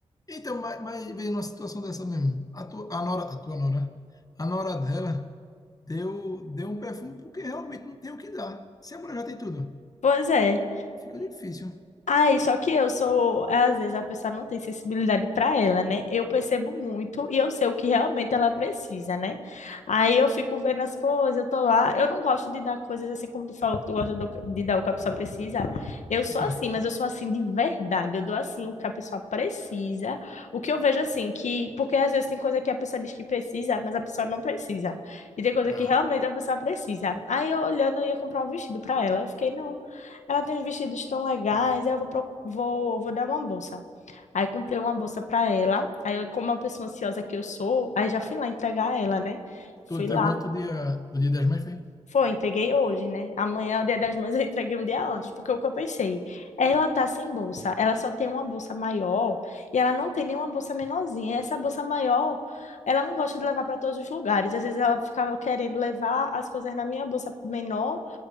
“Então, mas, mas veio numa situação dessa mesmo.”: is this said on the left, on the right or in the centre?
Left